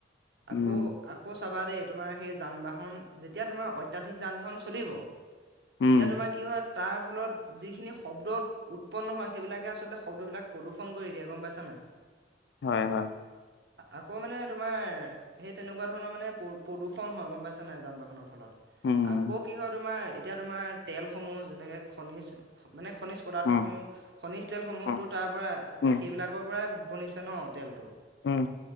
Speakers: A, on the left (about 75°); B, on the right (about 70°).
A: উম
B: আকৌ আকৌ চাবা দেই তোমাৰ সেই যান বাহন, যেতিয়া তোমাৰ অত্যাধিক যান বাহন চলিব তেতিয়া
A: উম
B: তোমাৰ কি হয় তাৰ ফলত যিখিনি শব্দ, উৎপন্ন হয় সেইবিলাকে আচলতে শব্দবিলাক প্ৰদূষণ কৰি দিয়ে গম পাইছা নে?
A: হয় হয়,
B: আকৌ মানে তোমাৰ, সেই তেনেকুৱা ধৰণৰ মানে প্ৰ-প্ৰদূষণ হয় গম পাইছ নে যান বাহনৰ ফলত।
A: উম
B: আকৌ কি হয় তোমাৰ এতিয়া তোমাৰ তেলসমূহ যেনেকে খনিজ মানে খনিজ পদাৰ্থসমূহ
A: উম
B: খনিজ তেলসমূহতো
A: উম
B: তাৰ পৰা
A: উম
B: সেইবিলাকৰ পৰাই <unintelligible> ন তেলটো
A: উম